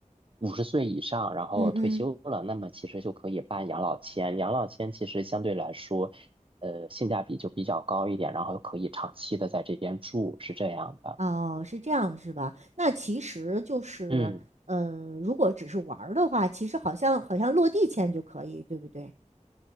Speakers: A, on the right (about 45°); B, on the right (about 65°).
A: 五十岁以上，然后退休了，
B: 嗯嗯，
A: 那么其实就可以办养老签。养老签其实相对来说，呃，性价比就比较高一点，然后可以长期的在这边住，是这样的。
B: 哦，是这样是吧？那其实就是，
A: 嗯。
B: 呃，如果只是玩儿的话，其实好像好像落地签就可以，对不对？